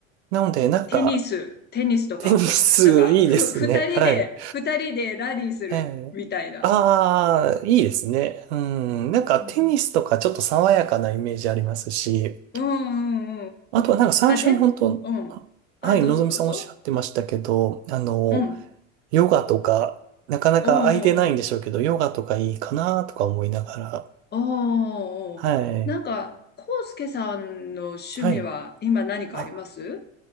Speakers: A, on the right; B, on the left.
A: なので、なんか、
B: テニス、テニスとか、
A: テニスいいですね。
B: なんか、ふ、二人で、
A: はい。
B: 二人でラリーするみたいな。
A: ええ。ああ、いいですね。うん。なんかテニスとかちょっと爽やかなイメージありますし、
B: うん、うんうんうん。
A: あとはなんか最初に本当、
B: あ、で、うん。
A: ははい、
B: あ、どうぞどうぞ。
A: のぞみさんおっしゃってましたけど、あの、
B: うん。
A: ヨガとか、なかなか空いてないんでしょうけど、
B: うんうんうん。
A: ヨガとかいいかなとか思いながら。
B: おー、
A: はい。
B: なんか、コウスケさんの趣味は今何かあります
A: はい。あ、